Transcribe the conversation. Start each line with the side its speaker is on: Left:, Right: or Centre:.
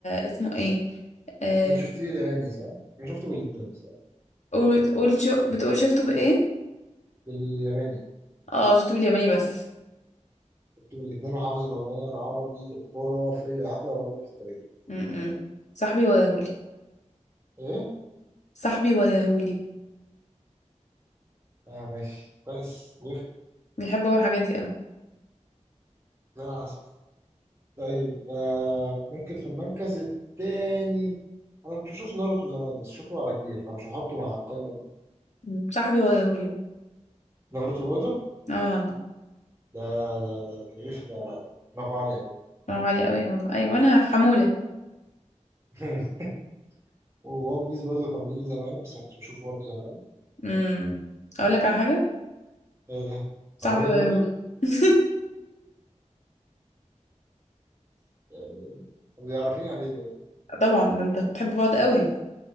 Left: اسمه ايه آه...
Right: انت شفتيه بالياباني صح؟ انا شفته بالاثنين صح؟
Left: قول- بتقول شو... بتقول شفته بايه
Right: بالياباني
Left: اه شفته بالياباني بس
Right: شفته بالاثنين وحافظ الاغنيه العربي خرافيه احلى اغنيه في التاريخ
Left: م-م. صاحبي وياهولي
Right: ايه؟
Left: صاحبي وياهولي
Right: اه ماشي كويس بيفهم
Left: بيحب هو الحاجات دي اوي
Right: زي العسل طيب آه ممكن في المركز التاني انا كنت بشوف ناروتو زمان بس شفته على كبير فمش هحطه مع القائمه دي
Left: م. صاحبي وياهولي بو.
Right: ناروتو برضه
Left: اه والله
Right: ده ده ده ده بيف- ده دماغه عالي قوي
Left: برافو عليه قوي والله ايوه انا حمولة
Right: <laughs> وون بيس برضه كان بيجي زمان بس ما كنتش بشوفه برضه زمان
Left: امم اقول لك على حاجة
Right: ايه
Left: صاحبي
Right: ولا
Left: وياهولي
Right: برضه
Left: <laughs>
Right: يعني بيعرفين عليه ده
Left: طبعا ده انت بتحب بعض قوي